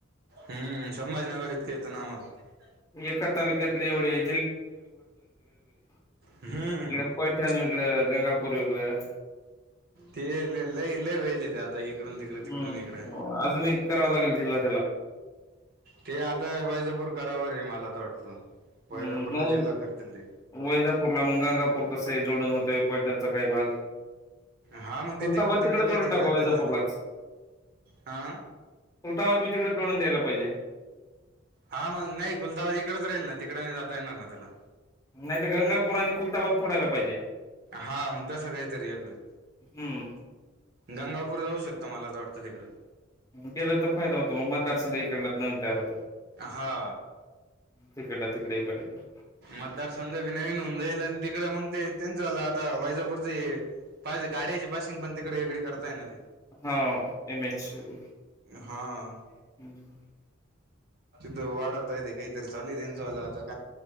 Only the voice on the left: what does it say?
एका तालुक्यातले एवढे इकडं
पैठण वेगळं, गंगापूर वेगळं.
हम्म
अजून करावा लागेल तिला.
हम् मऊ
वैजापूर ला म गंगापूर कस आहे जोडून होत पैटणचा काही भाग
खुलताबा
तिकडे जोडून
टाका
वैजापूरलाच.
उलताबाद मी तिकडे जोडून द्यायला पाहिजे.
नाही तर गंगापूर आणि कुलताबाद फोडायला पाहिजे.
हम्म
गेल तर फायदा होतो मग मतदारसंघ इकडला नऊन तयार होतो.
हिकडन तिकडे इकडला इकडे
हा एमच <unintelligible>
<inaudible>